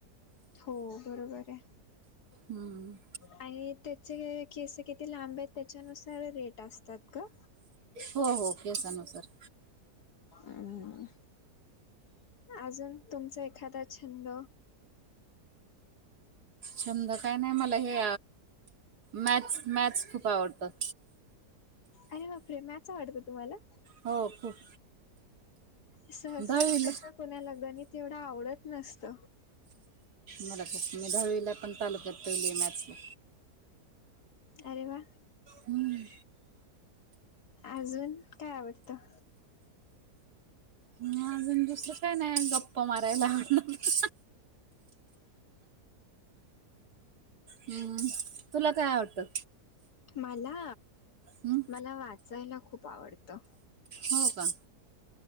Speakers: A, on the left (about 70°); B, on the right (about 70°).
A: हो, बरोबर आहे.
B: हम्म.
A: आणि, त्याचे हे, केस किती लांब आहेत. त्याच्यानुसार रेट असतात का?
B: हो-हो, केसा नुसार.
A: अम्, अजून तुमचा एखादा छंद?
B: छंद काही नाही मला, हे मॅथ्स-मॅथ्स खूप आवडतात.
A: अरे बापरे, मॅच आवडत तुम्हाला?
B: हो, खूप.
A: सहसा
B: दहावीला
A: कसा, कुणाला गणित येवढं आवडत नसत.
B: मला खूप, मी दहावीला पण तालुक्यात पहिली आहे. मॅथ्स् ला.
A: अरे वा
B: हम्म
A: अजून काय आवडतं? <inaudible>
B: हम्म, अजून दुसरं काय नाही गप्पा मारायला आवडणार हम्म, तुला काय आवटतं?
A: मला,
B: हम्म
A: मला वाचायला खूप आवडतं.
B: हो का